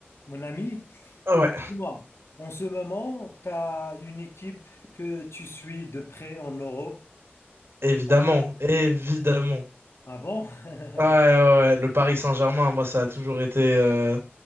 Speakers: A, on the left; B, on the right.
A: Mon ami,
B: Ah ouais,
A: dis-moi, en ce moment, tu as une équipe que tu suis de près en Europe.
B: évidemment,
A: Ah je-
B: évidemment.
A: ah bon? <laughs>
B: Ouais, ouais, ouais, le Paris Saint-Germain, moi, ça a toujours été, euh,